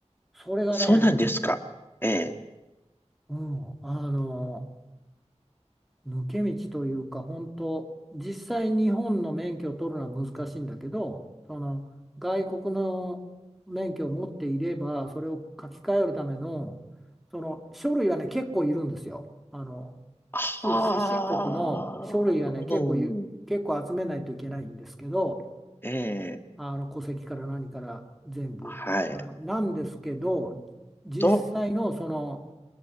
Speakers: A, in the centre; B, on the left (about 20°).
A: それがね、
B: そうなんですか。ええ。
A: うん、あの、抜け道というか本当実際日本の免許を取るのは難しいんだけどその外国の免許を持っていればそれを書き換えるためのその書類はね結構いるんですよ。あの
B: はあ、
A: 出、出身国の書類はね結構ゆ結構集めないといけないんですけど
B: うん、ええ、
A: あの戸籍から何から全部。
B: はい。
A: あなんですけど実際のその
B: と、